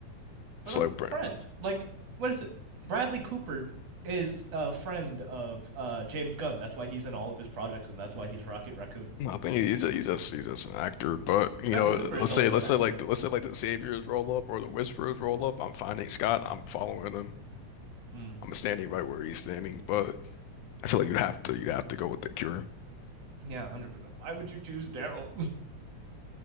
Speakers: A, on the right (about 60°); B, on the left (about 85°).
A: <laughs> or
B: So
A: like
B: like,
A: a
B: bro,
A: friend. Like what is it? Bradley Cooper is a friend of uh James Gunn. That's why he's in all of his projects, and that's why he's Rocket Raccoon.
B: Well, I think he's a, he's just he's just an actor, but you
A: Bradley
B: know,
A: Cooper is
B: let's
A: also
B: say let's
A: an actor.
B: say like let's
A: Yeah.
B: say like the Saviors roll up or the Whisperers roll up. I'm finding Scott. I'm following him.
A: Hmm.
B: I'm standing right where he's standing, but I feel like you'd have to you'd have to go with the Cure.
A: Yeah, one hundred percent. Why would you choose Daryl?